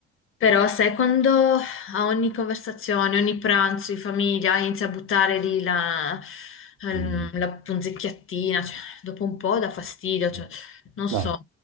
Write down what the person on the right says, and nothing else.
mm,
sì.
No.